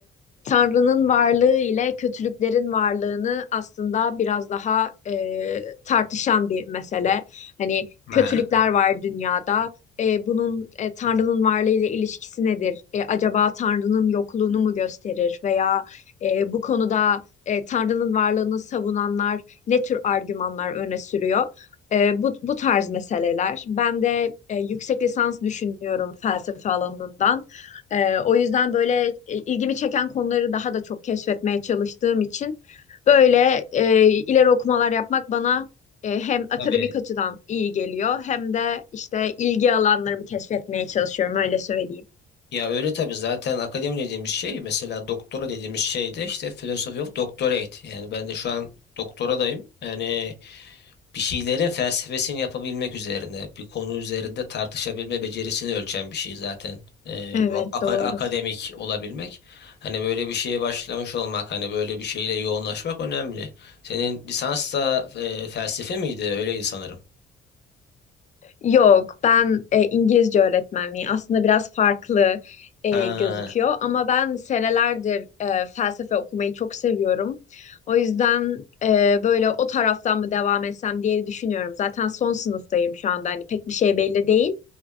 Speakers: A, on the left; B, on the left.
A: Tanrı'nın varlığı ile kötülüklerin varlığını aslında biraz daha e, tartışan bir mesele. Hani
B: Ha.
A: kötülükler var dünyada. E, bunun e, Tanrı'nın varlığı ile ilişkisi nedir? E, acaba Tanrı'nın yokluğunu mu gösterir? Veya e, bu konuda e, Tanrı'nın varlığını savunanlar ne tür argümanlar öne sürüyor? E, bu, bu tarz meseleler. Ben de e, yüksek lisans düşünüyorum felsefe alanından. Ee, o yüzden böyle e, ilgimi çeken konuları daha da çok keşfetmeye çalıştığım için böyle e, ileri okumalar yapmak bana e, hem akademik
B: Tabii.
A: açıdan iyi geliyor hem de işte ilgi alanlarımı keşfetmeye çalışıyorum öyle söyleyeyim.
B: Ya öyle tabii zaten akademi dediğimiz şey mesela doktora dediğimiz şey de işte philosophy of doctorate. Yani ben de şu an doktoradayım. Yani bir şeylerin felsefesini yapabilmek üzerine, bir konu üzerinde tartışabilme becerisini ölçen bir şey zaten. Ee,
A: Evet
B: bu aka-
A: doğru.
B: akademik olabilmek. Hani böyle bir şeye başlamış olmak, hani böyle bir şeyle yoğunlaşmak önemli. Senin lisans da e, felsefe miydi? Öyleydi sanırım.
A: Yok, ben e, İngilizce öğretmenliği aslında biraz farklı e,
B: Ha.
A: gözüküyor ama ben senelerdir e, felsefe okumayı çok seviyorum. O yüzden e, böyle o taraftan mı devam etsem diye düşünüyorum. Zaten son sınıftayım şu anda hani pek bir şey belli değil